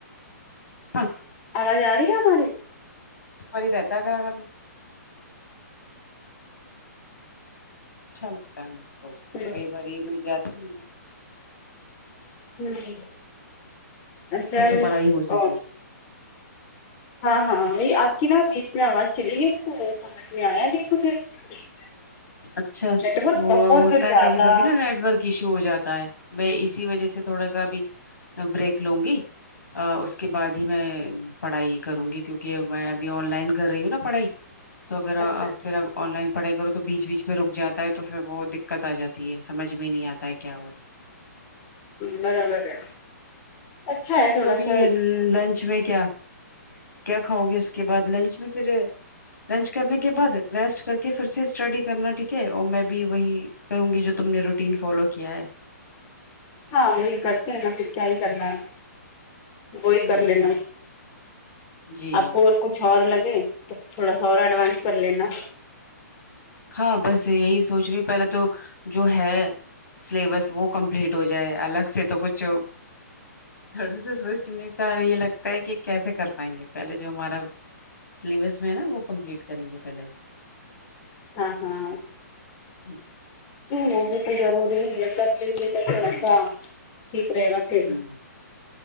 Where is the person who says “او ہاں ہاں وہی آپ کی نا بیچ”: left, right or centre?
Left